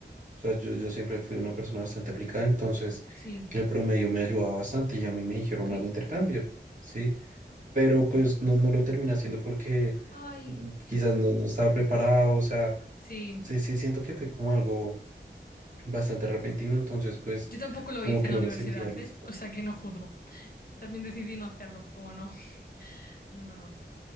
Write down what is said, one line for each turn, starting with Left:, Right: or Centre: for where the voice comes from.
Right: O sea, yo, yo siempre fui una persona bastante aplicada, entonces
Left: sí,
Right: el promedio me ayudaba bastante y a mí me dijeron
Left: ok.
Right: al intercambio, ¿sí? Pero pues no, no lo terminé haciendo porque
Left: Ay,
Right: mm, quizás no, no estaba preparado, o sea,
Left: sí.
Right: sí, sí siento que fue como algo bastante repentino, entonces pues
Left: Yo tampoco lo
Right: como
Left: hice
Right: que
Left: en
Right: no
Left: la universidad,
Right: me sentía listo.
Left: ¿eh? O sea que no juzgo. También decidí no hacerlo, fue como no. <laughs> No, no, no.